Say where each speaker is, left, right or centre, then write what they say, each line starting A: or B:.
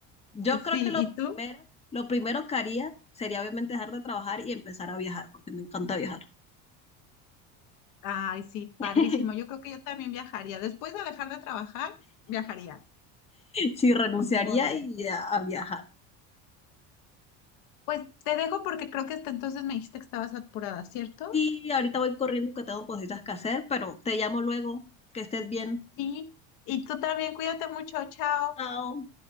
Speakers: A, on the left; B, on the left.
A: Yo creo
B: sí,
A: que lo
B: ¿y
A: primero,
B: tú?
A: lo primero que haría sería obviamente dejar de trabajar y empezar a viajar, porque me encanta viajar.
B: Ay, sí, padrísimo.
A: <laughs>
B: Yo creo que yo también viajaría. Después de dejar de trabajar, viajaría.
A: Sí, renunciaría
B: Bueno,
A: y a, a viajar.
B: pues te dejo porque creo que hasta entonces me dijiste que estabas apurada, ¿cierto?
A: Sí, ahorita voy corriendo que tengo cositas que hacer, pero te llamo luego, que estés bien.
B: Sí. Y tú también, cuídate mucho, chao.
A: Chao.